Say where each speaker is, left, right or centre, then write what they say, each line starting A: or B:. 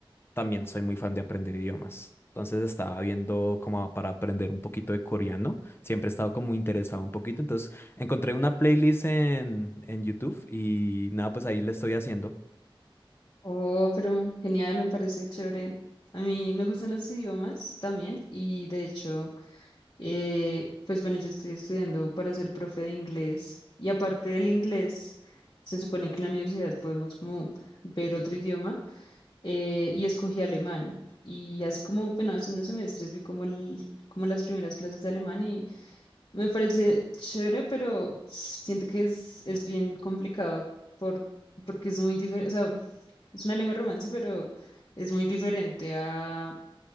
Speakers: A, on the left (about 25°); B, on the left (about 45°).
A: también soy muy fan de aprender idiomas. Entonces estaba viendo como para aprender un poquito de coreano. Siempre he estado como interesado un poquito. Entonces encontré una playlist en, en YouTube y nada, pues ahí le estoy haciendo.
B: Oh, pero genial, me parece chévere. A mí me gustan los idiomas también y de hecho, eh, pues bueno, yo estoy estudiando para ser profe de inglés y aparte del inglés, se supone que en la universidad podemos como ver otro idioma eh, y escogí alemán y hace como, bueno, hace unos semestres vi como, el, como las primeras clases de alemán Me parece chévere, pero siento que es, es bien complicado por, porque es muy diferente, o sea, es una lengua de romance, pero es muy diferente a,